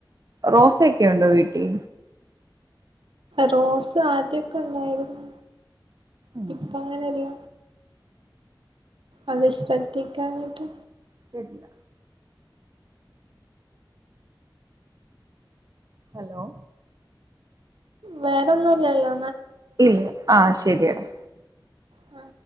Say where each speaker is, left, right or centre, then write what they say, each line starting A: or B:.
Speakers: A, on the right (about 45°); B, on the right (about 90°).
A: റോസ ഒക്കെ ഉണ്ടോ വീട്ടിൽ
B: റോസ് ആദ്യൊക്കെ ഉണ്ടായിരുന്നു
A: ഉം
B: ഇപ്പ അങ്ങനെല്ല അത് ശ്രദ്ധിക്കാനട്ട്
A: ശട്ടല്ല ഹലോ
B: വേറെന്നുംല്ലല്ലോ
A: ഇല്ല ആ ശരിയാണ്
B: ആ